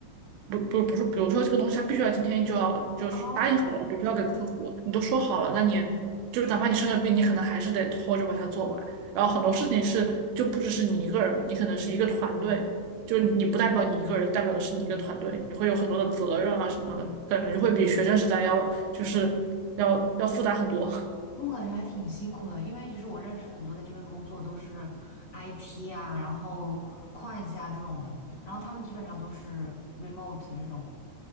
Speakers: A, on the right; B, on the left.
A: 不不不是，比如说这个东西，它必须要今天就要就是答应好了，
B: 哦，
A: 比如说要给客户，你都说好了，那你就是哪怕你生了病，你可能还是得拖着把它做完。然后很多事情是就不只是你一个人嘛，你可能是一个团队，就是你不代表你一个人，代表的是你一个团队，你会有很多的责任啊什么的，感觉会比学生时代要就是要要复杂很多。
B: 那我感觉还挺辛苦的，因为其实我认识很多在这边工作都是 IT 啊，然后会计啊这种的，然后他们基本上都是 remote 这种。